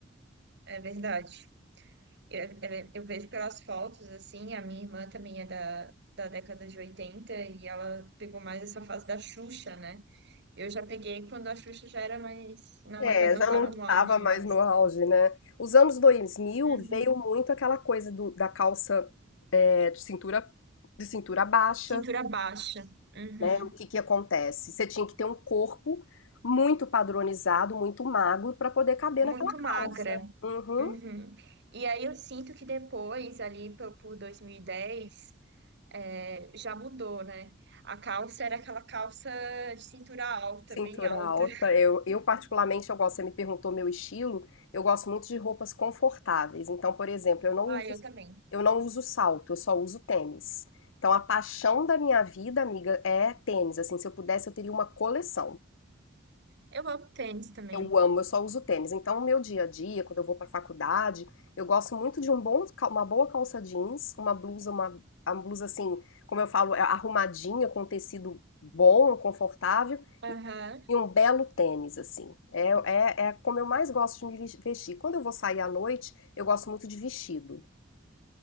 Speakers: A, on the right; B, on the left.
A: É verdade. Eu, eu eu vejo pelas fotos, assim, a minha irmã também é da, da década de 80 e ela pegou mais essa fase da Xuxa, né? Eu já peguei quando a Xuxa já era mais, não
B: É,
A: era, não
B: já
A: tava
B: não estava
A: no auge mais.
B: mais no auge, né? Os anos dois mil
A: Uhum.
B: veio muito aquela coisa do- da calça é, de cintura de cintura baixa,
A: Cintura baixa, uhum.
B: né, o que que acontece? Você tinha que ter um corpo muito padronizado, muito magro para poder caber
A: Muito
B: naquela
A: magra,
B: calça. Uhum.
A: uhum. E aí eu sinto que depois, ali por, por 2010, é, já mudou, né? A calça era aquela calça de cintura alta,
B: Cintura
A: bem alta.
B: alta.
A: <laughs>
B: Eu eu particularmente eu gosto você me perguntou meu estilo, eu gosto muito de roupas confortáveis. Então, por exemplo, eu não
A: Ah,
B: uso
A: eu também.
B: eu não uso salto, eu só uso tênis. Então, a paixão da minha vida, amiga, é tênis. Assim, se eu pudesse, eu teria uma coleção.
A: Eu amo tênis também.
B: Eu amo, eu só uso tênis. Então, o meu dia a dia, quando eu vou para faculdade, eu gosto muito de um bom, ca- uma boa calça jeans, uma blusa, uma, a blusa assim, como eu falo, é arrumadinha, com um tecido bom, confortável,
A: Aham.
B: e, e um belo tênis, assim. É, é, é como eu mais gosto de me ves- vestir. Quando eu vou sair à noite, eu gosto muito de vestido.